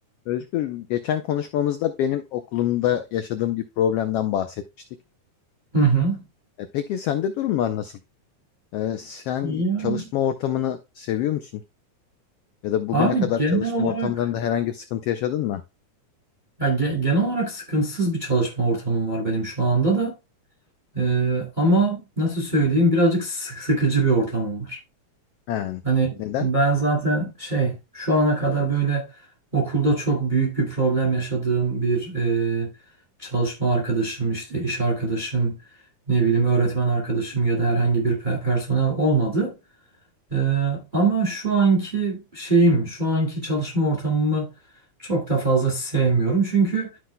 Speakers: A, on the left; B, on the right.
A: Özgür, geçen konuşmamızda benim okulumda yaşadığım bir problemden bahsetmiştik.
B: Hı hı.
A: E, peki sende durumlar nasıl? E, sen
B: Yani.
A: çalışma ortamını seviyor musun? Ya da bugüne
B: Abi
A: kadar
B: genel
A: çalışma
B: olarak
A: ortamlarında herhangi bir sıkıntı yaşadın mı?
B: ya ge- genel olarak sıkıntısız bir çalışma ortamım var benim şu anda da. Ee, ama nasıl söyleyeyim birazcık sık sıkıcı bir ortamım var.
A: Yani,
B: Hani
A: neden?
B: ben zaten şey şu ana kadar böyle okulda çok büyük bir problem yaşadığım bir e, çalışma arkadaşım işte iş arkadaşım ne bileyim öğretmen arkadaşım ya da herhangi bir pe- personel olmadı. Ee, ama şu anki şeyim, şu anki çalışma ortamımı çok da fazla sevmiyorum. Çünkü